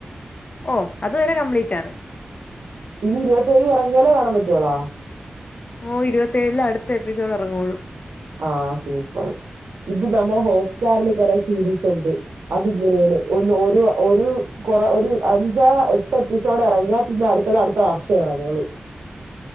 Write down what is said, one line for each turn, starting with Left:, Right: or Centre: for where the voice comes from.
Left: ഓ അത് വരെ കംപ്ലീറ്റാണ്
Right: ഇനി ഇരുപത്തേഴിലെറങ്ങിയാലേ കാണാൻ പറ്റുവോളോ
Left: ഓ ഇരുപത്തേഴിലടുത്ത എപ്പിസോഡ്റങ്ങയുള്ളൂ
Right: ആ സൂപ്പറ് ഇത് നമ്മളെ ഹോട്ട്സ്റ്റാറില് കൊറെ സീരീസ് ഇണ്ട് അതിങ്ങനെയാണ് ഒന്ന് ഒരു ഒരു കൊറെ ഒരു അഞ്ചാ എട്ട് എപ്പിസോഡെറങ്ങിയാ പിന്നെ അടുത്തത് അടുത്ത വർഷം എറങ്ങൂളു